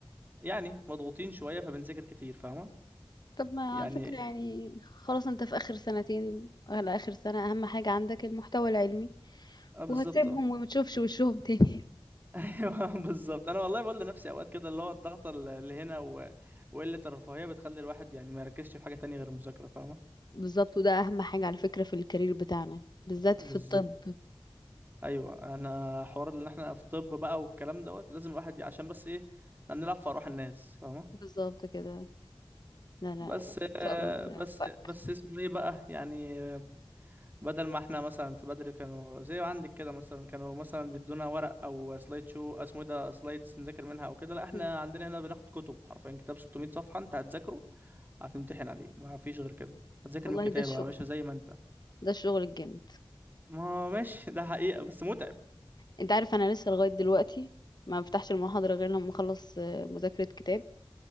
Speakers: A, on the right; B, on the left.
A: يعني مضغوطين شوية فبنذاكر كتير فاهمة
B: طب ما
A: يعني
B: على فكرة يعني خلاص انت في آخر سنتين على آخر سنة أهم حاجة عندك المحتوى العلمي
A: اه بالظبط
B: وهتسيبهم
A: آه.
B: وما تشوفش وشهم تاني <laughs>
A: ايوه <laughs> بالظبط انا والله بقول لنفسي اوقات كده اللي هو الضغط ال- اللي هنا و... وقله الرفاهيه بتخلي الواحد يعني ما يركزش في حاجه تانية غير المذاكره فاهمه
B: بالظبط وده أهم حاجة على فكرة في الكارير بتاعنا بالذات
A: بالظبط
B: في الطب
A: ايوه انا حوار ان احنا في طب بقى والكلام دوت لازم الواحد ي- عشان بس ايه إحنا بنلعب في ارواح الناس فاهمه
B: بالظبط كده لا لا
A: بس
B: إن
A: آه،
B: شاء الله ربنا
A: بس
B: يوفقك
A: بس اسمه ايه بقى يعني بدل ما احنا مثلا في بدري كانوا زي عندك كده مثلا كانوا مثلا بيدونا ورق او سلايد شو اسمه إيه ده سلايدز نذاكر منها او كده لا احنا
B: مم.
A: عندنا هنا بناخد كتب حرفيا كتاب 600 صفحة انت هتذاكره هتمتحن عليه ما فيش غير كده هتذاكر
B: والله
A: من الكتاب
B: ده الشغل
A: يا باشا زي ما انت
B: ده الشغل الجامد
A: ما ماشي <laughs> ده حقيقة بس متعب
B: انت عارف أنا لسه لغاية دلوقتي ما بفتحش المحاضرة غير لما أخلص آه، مذاكرة كتاب